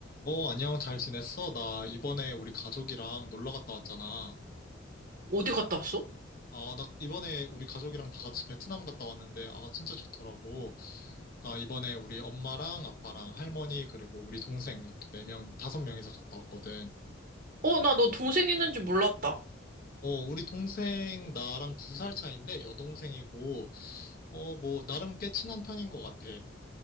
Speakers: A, on the left; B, on the right.
A: 어, 안녕, 잘 지냈어? 나 이번에 우리 가족이랑 놀러 갔다 왔잖아.
B: 어디 갔다 왔어?
A: 아, 나 이번에 우리 가족이랑 다 같이 베트남 갔다 왔는데, 아, 진짜 좋더라고. 나 이번에 우리 엄마랑 아빠랑 할머니, 그리고 우리 동생 이렇게 네명 다섯 명이서 갔다 왔거든.
B: 어, 나 너 동생 있는지 몰랐다.
A: 어, 우리 동생 나랑 두 살 차인데, 여동생이고, 어, 뭐, 나름 꽤 친한 편인 것 같아.